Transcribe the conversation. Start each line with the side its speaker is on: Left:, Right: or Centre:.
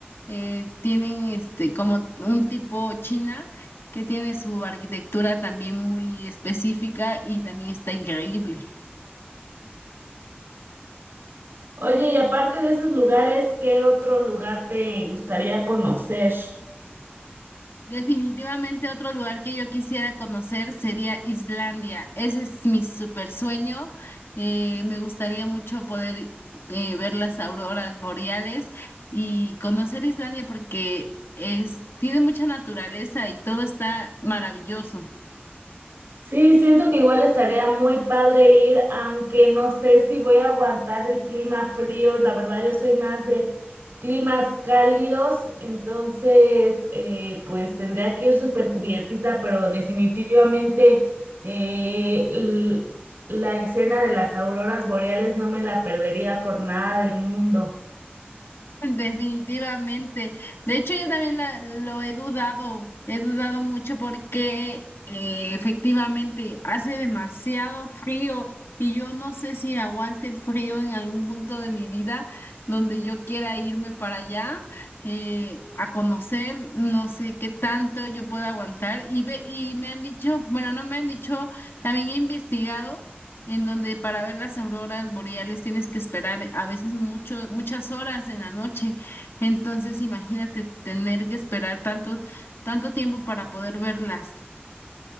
Left: eh, tienen este como un tipo China que tiene su arquitectura también muy específica y también está increíble.
Right: Oye, y aparte de esos lugares, ¿qué otro lugar te gustaría conocer?
Left: Definitivamente otro lugar que yo quisiera conocer sería Islandia. Ese es mi super sueño. Eh, me gustaría mucho poder eh, ver las auroras boreales y conocer Islandia porque es, tiene mucha naturaleza y todo está maravilloso.
Right: Sí, siento que igual estaría muy padre ir, aunque no sé si voy a aguantar el clima frío. La verdad, yo soy más de climas cálidos, entonces eh, pues tendría que ir súper cubiertita, pero definitivamente eh, l- la escena de las auroras boreales no me la perdería por nada del mundo.
Left: Definitivamente. De hecho, yo también la- lo he dudado, he dudado mucho porque eh, efectivamente hace demasiado frío y yo no sé si aguante el frío en algún punto de mi vida donde yo quiera irme para allá eh, a conocer, no sé qué tanto yo pueda aguantar y ve, y me han dicho, bueno, no me han dicho, también he investigado en donde para ver las auroras boreales tienes que esperar a veces mucho, muchas horas en la noche. Entonces, imagínate tener que esperar tanto, tanto tiempo para poder verlas.